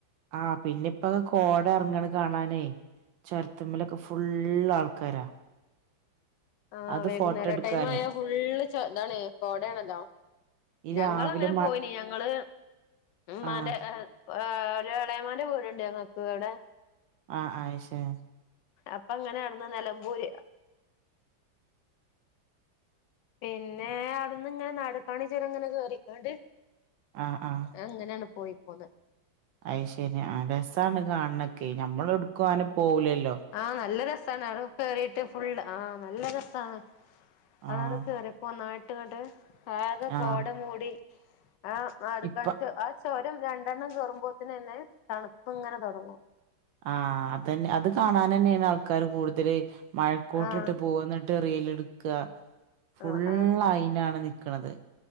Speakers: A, on the right; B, on the left.
A: ആപിന്നെപ്പ കോടെറങ്ങണ കാണാനേ. ചോരത്തമ്മിലൊക്കെ ഫുള് ആൾക്കാരാ.
B: ആ
A: അത്
B: വൈകുന്നേര
A: ഫോട്ടോ എടുക്കാന്
B: ടൈം ആയാ ഫുള്ള് ഇതാണ് കോടയാണല്ലോ
A: ഈ
B: ഞങ്ങളങ്ങനെ
A: രാവിലെ മ
B: പോയിന് ഞങ്ങള് ഉമാന്റെ
A: ആഹ്
B: ഒരു എളയമാന്റെ വീടുണ്ട് ഞങ്ങക്ക് അവിടെ.
A: ആ, ആ അയ്ശേ
B: അപ്പൊങ്ങനെ ആർന്ന് നിലമ്പൂര്. പിന്നെവിടുന്ന്ങ്ങനെ നടുക്കാണി ചരങ്ങനെ കേയറിക്കണ്ട്
A: ആ, ആ.
B: അങ്ങനെയാങ്‌ പോയി പോന്ന്.
A: അയശരിയ ആ രസണ് കാണണൊക്കെ നഞമ്മളടുക്കും ആനെ പോവുലല്ലോ.
B: ആനല്ല രസാണ് അട കേറി ഫുള്ള് ആഹ് നല്ല രസമാണ് അതാണ്
A: ആഹ്
B: കേറപ്പോന്നായിട്ട്ങ്ങട്ട് ആക
A: ആഹ്
B: കോട മൂടി ആനാടുകാണിച്ചു.
A: ഇപ്പ
B: ആ ചോരം രണ്ടെണ്ണം കയറുമ്പോത്തന തണുപ്പങ്ങനെ തുടങ്ങും.
A: ആ അതന്നെ അത് കാണാനന്നെണ് ആൾക്കാര് കൂടുതല് മഴക്കോട്ടിട്ട്
B: ആഹ്
A: പോകുന്നു. ട്ട് റീലെട്ക്ക ഫുള്ളയിനാണ്
B: ആഹ് ആഹ്
A: നി ക്കണത്.